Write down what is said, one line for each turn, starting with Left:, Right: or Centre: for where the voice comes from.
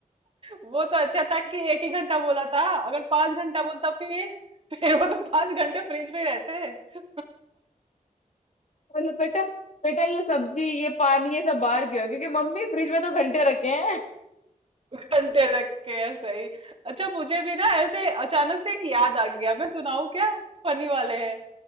Right: वो तो अच्छा था कि एक ही घंटा बोला था अगर पांच घंटा बोलता फिर फिर वो तो पांच घंटे फ्रिज में ही रहते हैं,
Left: बोले बेटा बेटा ये सब्जी ये पानी ये सब बाहर क्यों है क्योंकि मम्मी फ्रिज में तो घंटे रखे हैं
Right: घंटे रख के है सही अच्छा मुझे भी ना ऐसे अचानक से एक याद आ गया मैं सुनाऊं क्या फनी वाले हैं